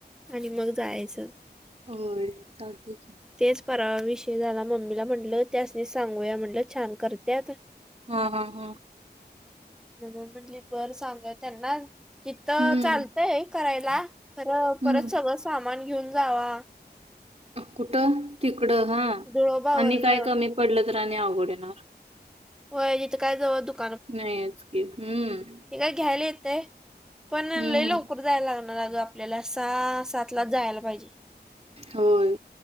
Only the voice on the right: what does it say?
होय चालते की.
हा हा हा.
हं,
हं.
कुठं तिकडं हा
आणि
काय कमी पडलं तर आणि आवड येणार.
नाही आज की हम्म
हं.
होय